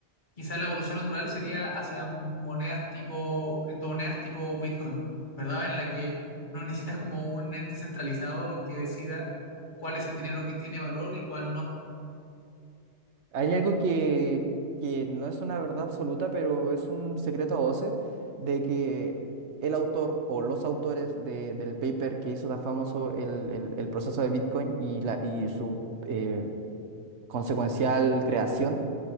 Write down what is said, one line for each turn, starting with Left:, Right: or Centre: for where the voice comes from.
Left: quizás la evolución natural sería hacia monedas tipo, criptomonedas tipo Bitcoin, ¿verdad? En la que no necesitas como un ente centralizado que decida cuál es el dinero que tiene valor y cuál no.
Right: Hay algo que, que no es una verdad absoluta, pero es un secreto a voces de que el autor o los autores de- del paper que hizo tan famoso el, el- el proceso de Bitcoin y, la, y su eh, consecuencial creación